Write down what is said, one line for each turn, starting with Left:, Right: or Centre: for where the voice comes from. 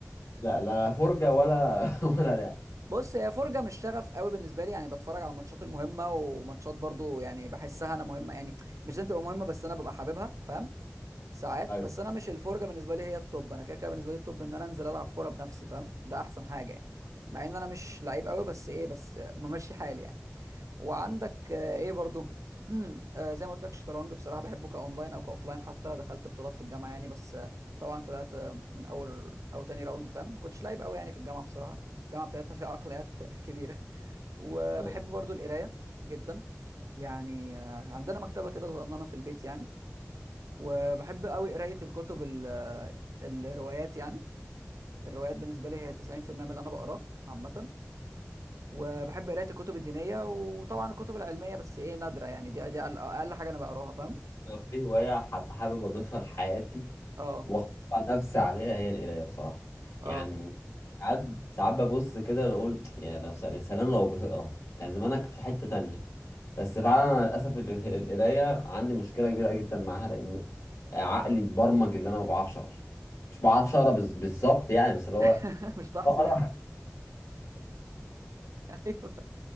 Left: لا لا فرجة ولا <laughs> ولا لعب
Right: بص هي فرجه مش شغف قوي بالنسبه لي يعني بتفرج على الماتشات المهمه وماتشات برضو يعني بحسها انا مهمه يعني مش لازم تبقى مهمه بس انا ببقى حاببها فاهم ساعات
Left: طيب
Right: بس انا مش الفرجه بالنسبه لي هي التوب انا كده كده بالنسبه لي التوب ان انا انزل العب كوره بنفسي فاهم ده احسن حاجه يعني مع ان انا مش لعيب قوي بس ايه بس ممشي حالي يعني. وعندك آه، ايه برضو <clears throat> آه، زي ما قلت لك الشطرنج بصراحه بحبه كاونلاين او كاوفلاين حتى دخلت بطولات في الجامعه يعني بس آه، طبعا طلعت آه، من اول او تاني راوند فاهم ما كنتش لعيب قوي يعني في الجامعه بصراحه الجامعه بتاعتنا فيها عقليات <laughs> كبيره وبحب
Left: طيب.
Right: برضو القرايه جدا يعني آه، عندنا مكتبه كده صغننه في البيت يعني وبحب قوي قرايه الكتب ال- آه، الروايات يعني الروايات بالنسبه لي هي 90% من اللي انا بقراه عامه وبحب قرايه الكتب الدينيه وطبعا الكتب العلميه بس ايه نادره يعني دي دي اقل أقل حاجه انا بقراها فاهم
Left: لو في هواية حاب- حابب أضيفها لحياتي
Right: اه
Left: وأخطأ نفسي عليها هي القراية بصراحة
Right: اه
Left: يعني ساعات ساعات ببص كده أقول يا لو س- يا سلام لو بتقرا كان زمانك في حتة تانية بس فعلا أنا للأسف ال- القراية عندي مشكلة كبيرة جدا معاها لأن عقلي اتبرمج إن أنا ما بعرفش أقرا مش بعرفش أقرا بز- بالظبط يعني بس اللي هو
Right: <laughs> مش تحصي
Left: أقرا
Right: <laughs> ايوه